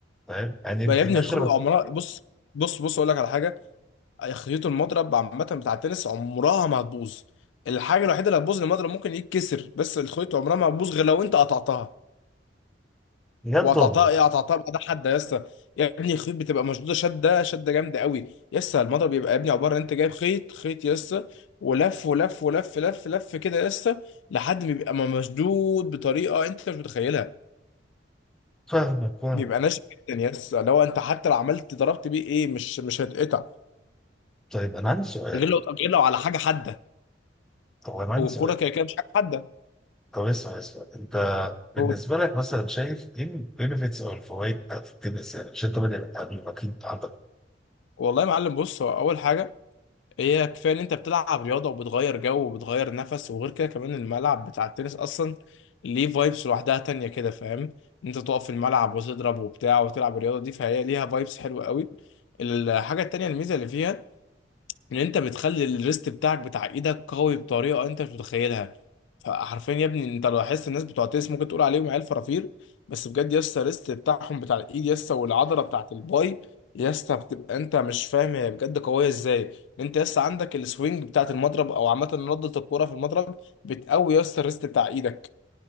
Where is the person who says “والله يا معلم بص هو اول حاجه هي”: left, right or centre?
Left